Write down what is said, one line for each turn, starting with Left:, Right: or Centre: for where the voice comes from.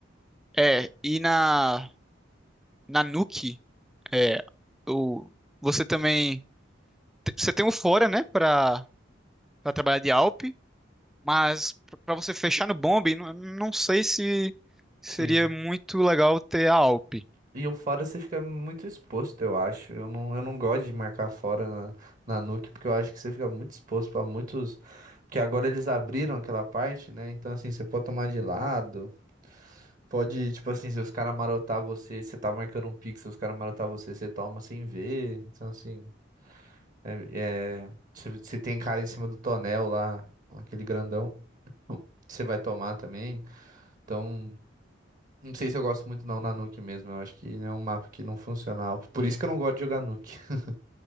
Centre: É, e na, na Nuke, é, o, você também. te- Você tem um fora, né, pra, pra trabalhar de Alp, mas pra pra você fechar no Bomb, não, não sei se seria
Right: Sim.
Centre: muito legal ter a Alp.
Right: E o fora você fica muito exposto, eu acho. Eu não, eu não gosto de marcar fora na, na Nuke, porque eu acho que você fica muito exposto para muitos. Porque agora eles abriram aquela parte, né? Então, assim, você pode tomar de lado. Pode, tipo assim, se os caras marotar você, você tá marcando um pixel, os caras marotar você, você toma sem ver. Então, assim, é, é- se, se tem cara em cima do tonel lá, aquele grandão. você vai tomar também. Então, não sei se eu gosto muito não na Nuke mesmo. Eu acho que é um mapa que não funciona. Por isso que eu não gosto de jogar Nuke. <laughs>